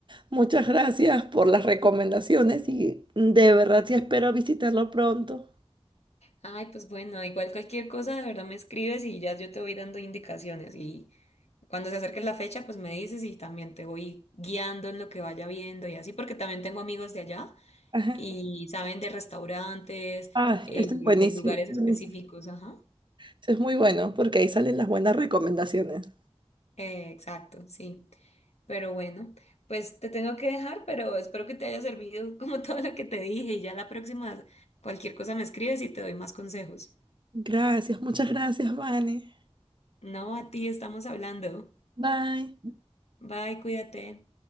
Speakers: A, on the right; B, on the left.
A: Muchas gracias por las recomendaciones y de verdad sí espero visitarlo pronto.
B: Ay, pues bueno, igual cualquier cosa, de verdad me escribes y ya yo te voy dando indicaciones y cuando se acerque la fecha, pues me dices y también te voy guiando en lo que vaya viendo y así, porque también tengo amigos de allá
A: Ajá.
B: y saben de restaurantes,
A: Ah,
B: eh,
A: esto es buenísimo,
B: de lugares
A: buenísimo.
B: específicos, ajá.
A: Esto es muy bueno porque ahí salen las buenas recomendaciones.
B: Eh, exacto, sí. Pero bueno, pues te tengo que dejar, pero espero que te haya servido como <laughs> todo lo que te dije y ya la próxima, cualquier cosa me escribes y te doy más consejos.
A: Gracias, muchas gracias, Vane.
B: No, a ti estamos hablando.
A: Bye.
B: Bye, cuídate.